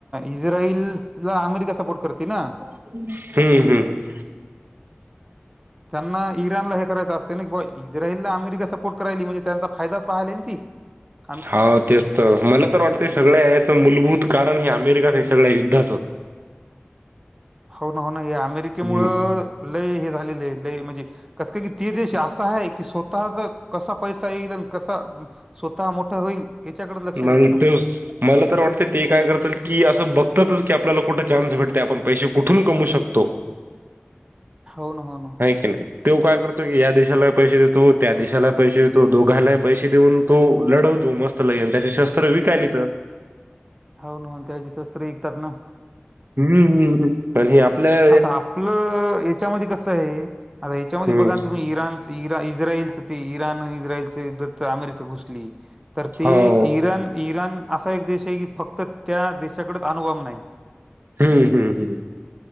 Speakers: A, on the right; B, on the right.
A: इस्राइल ला अमेरिका सपोर्ट कर. ती ना.
B: हम्म हम्म.
A: त्यांना इराणला हे करायचं असते ना, इस्रायलला अमेरिका सपोर्ट करायली म्हणजे त्यांचा फायदाच पाहिलाय ती. <inaudible>
B: हाव, तेच तर मला तर वाटतं सगळ्या याचं मूलभूत कारण हे अमेरिकाच हे सगळ्या युद्धात.
A: हाव ना हो ना हे अमेरिकेमुळं
B: हम्म
A: लय हे झालेले आहे लय म्हणजे कसं काय की ते देश असा आहे की स्वतःचं कसा पैसा येईल कसा? स्वतः मोठा होईल. याच्याकडे लक्ष देते
B: नाहीत.
A: ना
B: मला तर वाटते ती काय करतात की असं बघतातच की आपल्याला कुठं चान्स भेटते आपण पैसे कुठून कमवू शकतो?
A: हो ना, हो ना.
B: आहे की नाही तो काय करतो की या देशाला पैसे देतो त्या देशाला पैसे देतो दोघाला पैसे देऊन तो लढवतो मस्त लगेन त्याने शस्त्र विकायल येत.
A: हो ना हो ना त्याची शस्त्र विकतात ना.
B: हम्म, हम्. तरी हे आपले आहेत.
A: आता आपलं ह्याच्यामध्ये कसं आहे? आता ह्याच्यामध्ये
B: हम्म
A: बघा ना तुम्ही इराण इरा-इस्रायलचं ते इराण-इस्रायलचं युद्ध तर अमेरिका घुसली. तर ते
B: हो
A: इराण, इराण असा एक देश आहे की फक्त त्या देशाकडच अणुबाम नाही.
B: हं हं हम्.